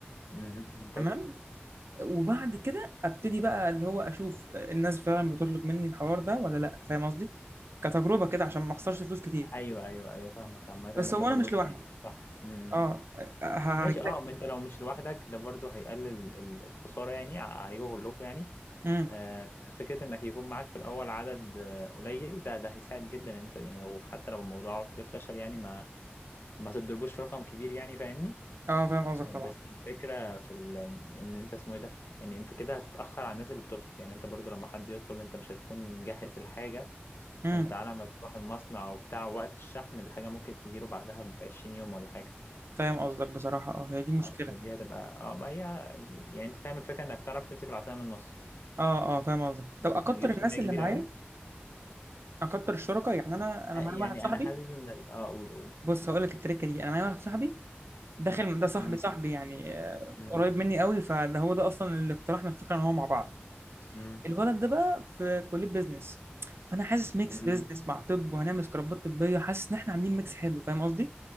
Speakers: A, on the left (about 70°); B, on the right (about 75°).
A: أمم، منطقي
B: تمام وبعد كده ابتدي بقى اللي هو اشوف الناس فعلا بتطلب مني الحوار ده ولا لا فاهم قصدي كتجربه كده عشان ما اخسرش فلوس كتير
A: ايوه ايوه ايوه فاهمك عامة
B: بس
A: انت
B: انا
A: برضو
B: هو انا فاهم مش قصدك
A: ساينس
B: لوحدي
A: صح امم
B: اه هجيلك
A: ماشي اه ما انت لو مش لوحدك ده برضه هيقلل ال- الخسارة يعني عليكم كلكم يعني
B: امم
A: آه، فكرة انك يكون معاك في الاول عدد آه، قليل ده ده هيساعد جدا إن انت يعني لو- حتى لو الموضوع في فشل يعني ما ما تضربوش في رقم كبير يعني فاهمني
B: اه فاهم قصدك
A: آه،
B: طبعا
A: بس الفكرة في ال... ان انت اسمه ايه ده يعني انت كده هتتأخر على الناس اللي بتطلب يعني انت برضه لما حد يطلب انت مش هتكون مجهز الحاجة
B: امم
A: فانت على ما تروح المصنع وبتاع وقت الشحن الحاجة ممكن تجيله بعدها ب 20 يوم ولا حاجة
B: فاهم قصدك بصراحه اه هي دي مشكله
A: اه فدي هتبقى اه ما هي يعني انت فاهم الفكره انك تعرف تمسك العصايه من النص
B: اه اه فاهم قصدك
A: ما
B: طب
A: تج-
B: اكتر
A: ما تجيبش
B: الناس
A: كميه
B: اللي
A: كبيره
B: معايا
A: قوي
B: اكتر الشركاء يعني انا انا
A: آه،
B: معايا
A: يعني
B: واحد صاحبي
A: انا حاسس ان ال- اه قول قول
B: بص هقول لك التركه دي انا معايا واحد صاحبي داخل ده صاحبي
A: امم
B: صاحبي يعني آه،
A: امم
B: قريب مني قوي فده هو ده اصلا اللي اقترحنا الفكره ان هو مع بعض
A: امم
B: الولد ده بقى في كليه بيزنس فانا حاسس ميكس
A: امم
B: بيزنس مع طب وهنعمل سكرابات طبيه حاسس ان احنا عاملين ميكس حلو فاهم قصدي